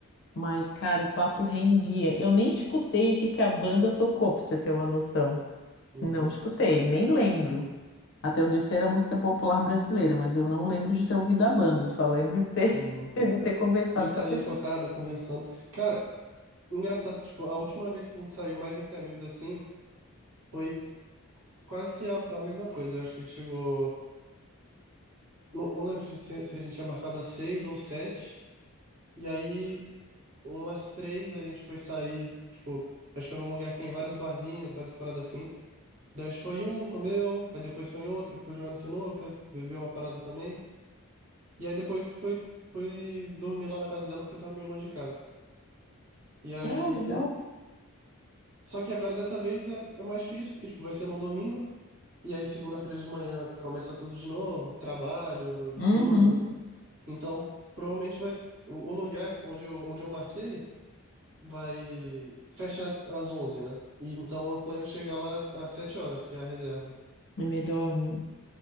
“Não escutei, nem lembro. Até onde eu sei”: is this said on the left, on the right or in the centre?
Left